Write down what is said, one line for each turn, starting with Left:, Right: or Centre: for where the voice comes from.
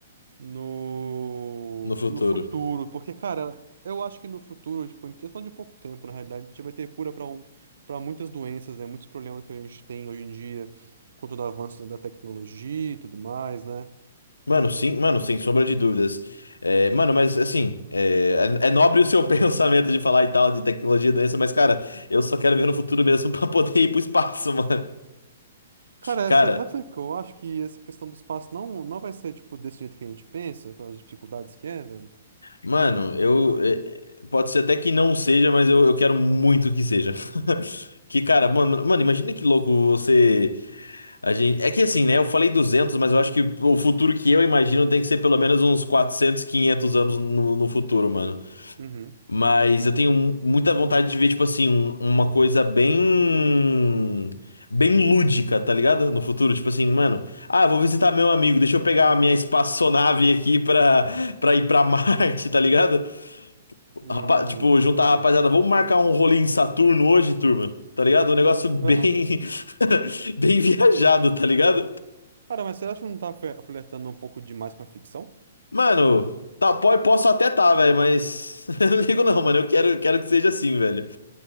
Right: no,
Left: no futuro.
Right: no futuro. Porque, cara, eu acho que no futuro, tipo, em questão de pouco tempo, na realidade, a gente vai ter cura para um, para muitas doenças, né? Muitos problemas que a gente tem hoje em dia, com todo o avanço da tecnologia e tudo mais, né?
Left: Mano, sim, mano, sem sombra de dúvidas. É, mano, mas assim, é, é- é nobre o seu <laughs> pensamento de falar e tal, de tecnologia e doença, mas, cara, eu só quero ver no futuro mesmo <laughs> pra poder ir pro espaço, mano.
Right: Cara,
Left: Cara,
Right: essa, sabe sabe o que eu acho? Que essa questão do espaço não, não vai ser, tipo, desse jeito que a gente pensa, pelas dificuldades que é, velho.
Left: mano, eu. é, é, pode ser até que não seja, mas eu, eu quero muito que seja. <laughs> Que, cara, mano, mano, imagina que louco você. A gente... É que assim, né? Eu falei 200, mas eu acho que o futuro que eu imagino tem que ser pelo menos uns 400, 500 anos no, no futuro, mano.
Right: Uhum.
Left: Mas eu tenho mu- muita vontade de ver, tipo assim, um- uma coisa bem. Bem lúdica, tá ligado? No futuro, tipo assim, mano. Ah, eu vou visitar meu amigo, deixa eu pegar a minha espaçonave aqui pra, pra ir pra <laughs> Marte, tá ligado?
Right: Hum,
Left: Rapa- Tipo,
Right: entendi.
Left: juntar a rapaziada, vamos marcar um rolê em Saturno hoje, turma, tá ligado? Um negócio bem.
Right: Aham.
Left: <laughs> bem viajado, tá ligado?
Right: Cara, mas você acha que não tá fle- flertando um pouco demais com a ficção?
Left: Mano, tá, pode, posso até tá, velho, mas <laughs> eu não ligo não, mano. Eu quero, quero que seja assim, velho.